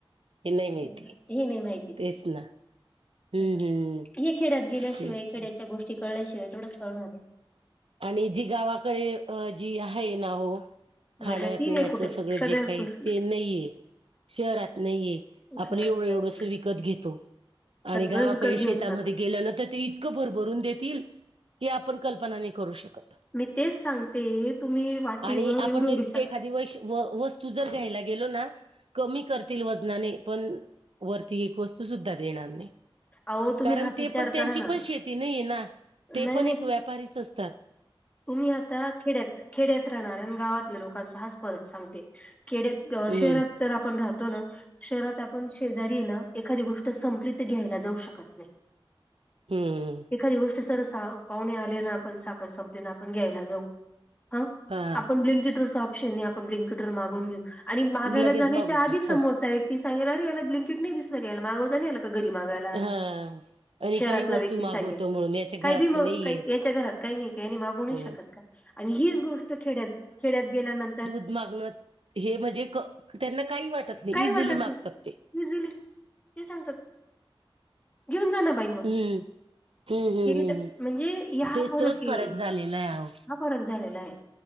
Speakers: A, on the right; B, on the left.
A: हे नाही माहिती
B: हे नाही माहिती त्यांना
A: तेच ना हम्म
B: अस
A: हम्म
B: हे खेडत गेल्यास
A: तेच
B: शिवाय इकडे
A: तेच
B: याच्या गोष्टी कळल्याशिवाय थोडच कळणार आहे
A: आणि जी गावाकडे जी आहे ना हो खाण्यापिण्याच
B: मजा ती नाही कुठे
A: सगळं
B: सगळ्याच
A: जे काही
B: गोष्टी
A: ते नाहीये शहरात नाहीय आहे
B: शहरात
A: आपण एवढं
B: काही
A: एवढंस
B: नाही
A: विकत घेतो
B: सगळं
A: आणि गावाकडे
B: विकत
A: शेतामध्ये
B: घेऊन जातो
A: गेलं ना तर ते इ इतकं भर भरून देतील की आपण कल्पना नाही करू शकत
B: मी तेच सांगते तुम्ही वाटीभर
A: आणि आपण
B: एवढी एवढी
A: एखादी
B: सांग
A: वैश व वस्तू जर घ्यायला गेलो ना कमी करतील वजनाने पण वरती एक वस्तू सुद्धा देणार नाही
B: अहो तुम्ही
A: कारण
B: हाच
A: ते
B: विचार
A: पण त्यांची
B: करा ना
A: पण शेती नाही आहे ना ते
B: नाही
A: पण
B: नाही
A: एक व्यापारीच असत
B: तुम्ही आता खेड्यात खेड्यात राहणाऱ्या गावातल्या लोकांचा हाच परत सांगते खेड्यात
A: हम्म
B: शहरात जर आपण राहतो ना शहरात आपण शेजारी ना एखादी गोष्ट संपली तर घ्यायला नाहीजाऊ शकत
A: हम्म.
B: एखादी गोष्ट सर पाहुणे आले ना आपण साखर झोपीत आपण घ्यायला जाऊ ह
A: हा
B: आपण ब्लिंकेट वर आपण ब्िंकटर मागून घेऊ आणि मागायला
A: लगेच
B: जाण्याच्या
A: मागून
B: आधी
A: घेऊ सांग
B: समोरचा एक तीगला र याला ब्लंकेट नाही दिसलं याला मागवता नाही आल का घरी मागायला
A: हा आणि
B: शहरात
A: काही वस्तू
B: व्यक्ती
A: मागवतो
B: सांगे
A: म्हणून याच्या घरात
B: काही बी म
A: नाहीये
B: का याच्या घरात काही नाही का माग
A: ह
B: शकत का आणि हीच गोष्ट खेड्यात खेड्यात गेल्यानंतर
A: माग हे म्हणजे त्यांना काही वाटत नाही
B: काही
A: इझिली
B: वाटत
A: मागतात
B: नाही
A: ते
B: इझिली ते सांगतात घेऊन जाना बाई
A: हम्म हम्म हम्म
B: म्हणजे
A: हम्म
B: ह
A: तेच
B: फरक
A: तोच
B: ये
A: झालेला आहे अहो.
B: ह फडक झालेला आहे